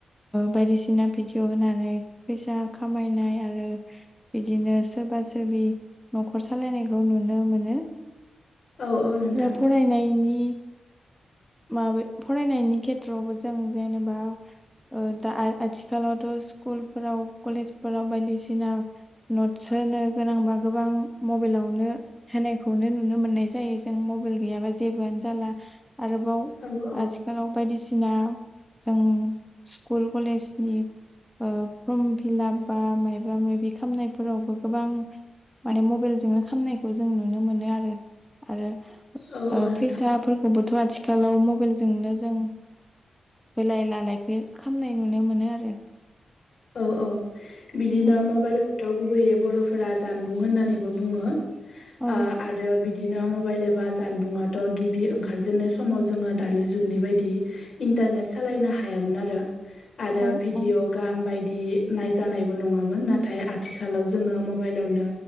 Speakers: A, in the centre; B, on the left.
A: बायदिसिना भिडिअ होनानै फैसा खामायनाय आरो बिदिनो सोरबा सोरबि न'खर सालायनायखौ नुनो मोनो
B: औ औ नोंथां
A: आरो फरायनायनि माब फरायनायनि खेथ्रआवबो जों जेनेबा दा आथिखालावथ' स्कुलफोराव कलेजफोराव बायदिसिना नटस होनो गोनांबा गोबां मबाइलावनो होनायखौनो नुनो मोन्नाय जायो जों मबाइल गैयाबा जेबो जाला आरोबाव
B: औ औ
A: आथिखालाव बायदिसिना जों स्कुल कलेजनि फर्म फिलाप बा माबा माबि खालामामनायफोरावबो गोबां माने मबाइलजोंनो खामनायखौ जों नुनो मोनो आरो आरो
B: औ
A: ओ
B: औ नोंथां
A: फसाफोरखौबोथ' आथिखालाव मबाइलजोंनो जों बोलाय लालायखौ खालामामनाय नुनो मोनो आरो
B: औ औ बिदिनो
A: उम
B: मबाइल खौथ' गुबैयै बर'फोरा जानबुं होननानैबो बुङो
A: औ
B: ओ आरो बिदिनो मबाइल एबा जानबुङाथ' गिबि ओंखारजेननाय समाव जोङो दानि जुगनि बायदि इन्टारनेट सालायनो हायामोन आरो आरो
A: औ
B: भिडिअ
A: औ
B: गान बायदि बिदि नायजानायबो नङामोन नाथाय आथिखालाव जोङो मबाइलावनो